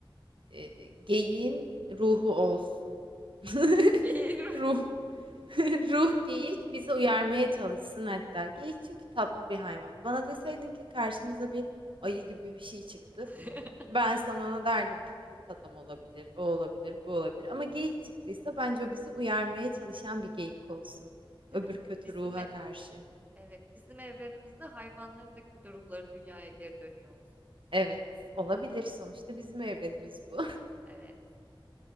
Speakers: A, on the right; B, on the right.
A: e, geyiğin ruhu olsun. <laughs>
B: Eğil.
A: Ruh. <laughs> Ruh geyik bizi uyarmaya çalışsın hatta. Geyik çünkü tatlı bir hayvan. Bana deseydin ki karşımıza bir ayı gibi bir şey çıktı.
B: <laughs>
A: Ben sana ona derdim ki kurt adam olabilir, o olabilir, bu olabilir. Ama geyik çıktıysa bence o bizi uyarmaya çalışan bir geyik olsun.
B: Değil
A: Öbür
B: mi?
A: kötü
B: Bizim
A: ruha
B: e-
A: karşı.
B: evet bizim evrenimizde hayvanların da kötü ruhları dünyaya geri dönüyor olsun.
A: Evet, olabilir. Sonuçta bizim evrenimiz bu. <laughs>
B: Evet.